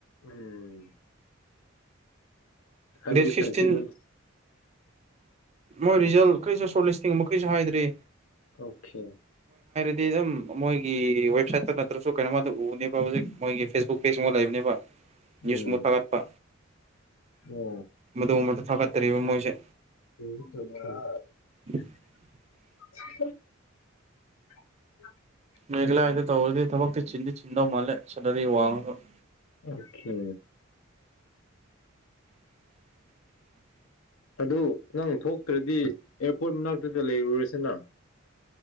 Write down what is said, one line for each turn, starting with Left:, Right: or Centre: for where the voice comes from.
Left: ꯎꯝ ꯍꯥꯏꯕꯗꯤ
Right: ꯗꯦꯠ ꯐꯤꯐꯇꯤꯟ
Left: ꯀꯟꯁꯤꯗꯨꯌꯦꯟ
Right: ꯃꯣꯏ ꯔꯤꯖꯜ ꯀꯔꯤꯁꯨ ꯁꯣꯔꯠ ꯂꯤꯁꯇꯤꯡ ꯃꯈꯩꯁꯨ ꯍꯥꯏꯗ꯭ꯔꯤ
Left: ꯑꯣ ꯈꯦ
Right: ꯗꯤ ꯑꯗꯨꯝ ꯃꯣꯏꯒꯤ ꯋꯦꯕꯁꯥꯏꯠꯇ ꯅꯠꯇ꯭ꯔꯁꯨ ꯀꯩꯅꯣꯃꯗ ꯎꯗꯦꯕ ꯍꯧꯖꯤꯛ ꯃꯣꯏꯒꯤ ꯐꯦꯁꯕꯨꯛ ꯄꯦꯖ ꯑꯃ ꯂꯩꯕꯅꯦꯕ ꯅꯌꯨꯁ
Left: ꯎꯝ
Right: ꯃꯨꯛ ꯊꯥꯒꯠꯄ
Left: ꯑꯣ
Right: ꯃꯗꯨꯕꯗ ꯊꯥꯒꯠꯇꯔꯤꯕ ꯃꯣꯏꯁꯦ
Left: <unintelligible>
Right: <inaudible>
Left: <inaudible> <inaudible>
Right: ꯃꯦꯘꯂꯌꯥꯒꯤꯗꯣ ꯇꯧꯔꯗꯤ ꯊꯕꯛꯛꯇ ꯆꯤꯟ ꯆꯤꯟꯗꯧ ꯃꯥꯂꯦ ꯁꯦꯂꯔꯤ ꯋꯥꯡꯂꯁꯨ
Left: ꯑꯣꯀꯦ
Right: <inaudible>
Left: ꯑꯗꯨ ꯅꯪ ꯊꯣꯛꯇ꯭ꯔꯗꯤ ꯑꯦꯌꯥꯔꯄꯣꯔꯠ ꯃꯅꯥꯛꯇꯨꯗ ꯂꯩꯔꯨꯔꯁꯤꯅ